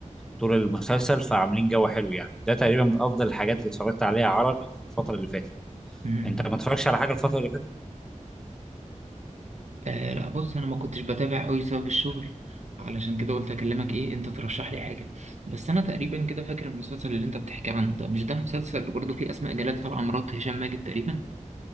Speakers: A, in the centre; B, on the right.
A: طول المسلسل فعاملين جو حلو يعني ده تقريبا من افضل الحاجات اللي اتفرجت عليها عربي في الفتره اللي فاتت
B: مم.
A: انت ما اتفرجتش على حاجه الفتره اللي فاتت
B: آه لا بص انا ما كنتش بتابع قوي بسبب الشغل علشان كده قلت اكلمك ايه انت ترشح لي حاجه بس انا تقريبا كده فاكر المسلسل اللي انت بتحكي عنه ده مش ده المسلسل اللي برضه فيه اسماء جلال طالعه مرات هشام ماجد تقريبا